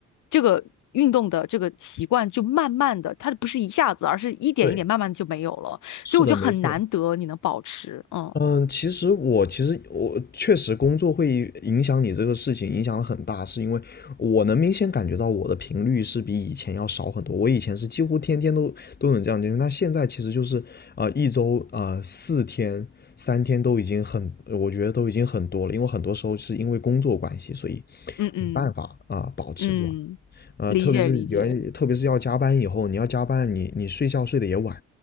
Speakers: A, on the left (about 80°); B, on the left (about 35°).
A: 这个运动的这个习惯就慢慢的，他不是一下子，而是一点一点慢慢地就没有了。
B: 对，是的，
A: 所以我觉得很难得你能保持，
B: 没错。
A: 嗯
B: 嗯，其实我其实我确实工作会影响你这个事情，影响得很大，是因为我能明显感觉到我的频率是比以前要少很多。我以前是几乎天天都都能这样进行，那现在其实就是呃一周呃四天三天都已经很，我觉得都已经很多了，因为很多时候是因为工作关系，所以
A: 嗯嗯
B: 没办法啊、保持这样。
A: 嗯，
B: 呃，
A: 理解理解，
B: 特别是有人，特别是要加班以后，你要加班，你你睡觉睡得也晚，